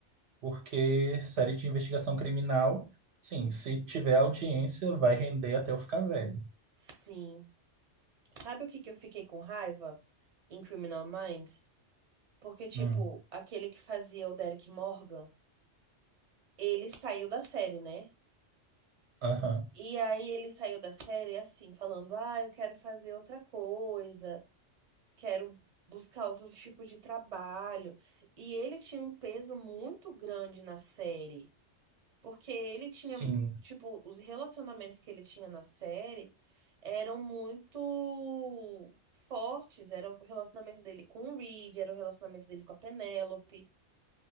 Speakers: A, on the right; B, on the right.
A: Porque série de investigação criminal, sim, se tiver audiência, vai render até eu ficar velho.
B: Sim. Sabe o que que eu fiquei com raiva em Criminal Minds? Porque, tipo,
A: Hum.
B: aquele que fazia o Derek Morgan, ele saiu da série, né?
A: Aham.
B: E aí ele saiu da série assim, falando: Ah, eu quero fazer outra coisa, quero buscar outro tipo de trabalho. E ele tinha um peso muito grande na série, porque ele tinha,
A: Sim.
B: tipo, os relacionamentos que ele tinha na série eram muito fortes. Era o relacionamento dele com o Reed, era o relacionamento dele com a Penélope.